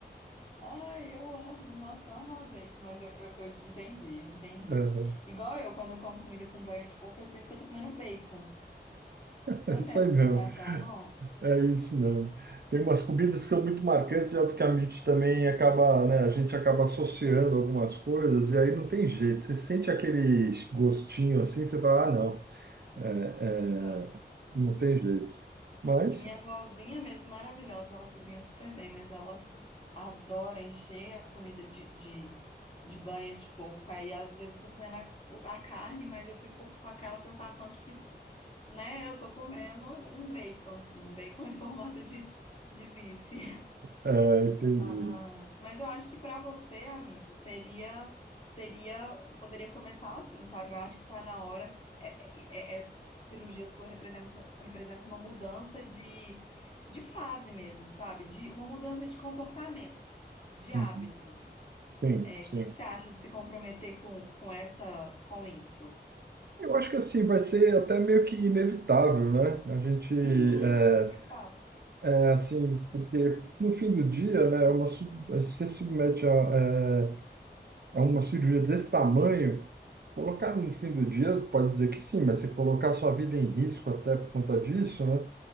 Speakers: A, on the left (about 35°); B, on the right (about 65°).
A: Ai, eu amo. Nossa, amo azeite, mas eu, eu, eu te entendi, eu entendi.
B: Aham.
A: Igual
B: <laughs>
A: eu, quando eu como comida com banha de porco, eu sinto que eu tô comendo bacon. Você
B: É
A: não
B: isso
A: tem essa
B: aí mesmo.
A: sensação, não?
B: É isso mesmo. Tem umas comidas que são muito marcantes e obviamente também acaba, né, a gente acaba associando algumas coisas e aí não tem jeito. Você sente aquele gostinho assim, você fala, ah, não, é,
A: Exato.
B: é, não tem jeito. Mas,
A: Minha vozinha mesmo, maravilhosa, ela cozinha super bem, mas ela adora encher a comida de, de, de banha de porco. Aí, às vezes, eu tô comendo a, a carne, mas eu fico com aquela sensação de que, né, eu tô comendo um bacon, assim, um bacon <laughs> em formato de, de bife.
B: é, entendi.
A: Mas, mas eu acho que para você, amigo, seria, seria, você poderia começar assim, sabe? Eu acho que tá na hora. É- é- é- essa cirurgia sua representa, representa uma mudança de, de fase mesmo, sabe? De uma mudança de comportamento, de hábitos.
B: Uhum. Sim,
A: É,
B: sim.
A: o que que você acha de se comprometer com, com essa, com isso?
B: Eu acho que assim vai ser até meio que inevitável, né? A gente
A: Uhum,
B: é,
A: de fato,
B: é, assim, porque no fim do dia, né, é uma, su- você se submete a, é, a uma cirurgia desse tamanho. Colocar no fim do dia, pode dizer que sim, mas você colocar sua vida em risco até por conta disso, né?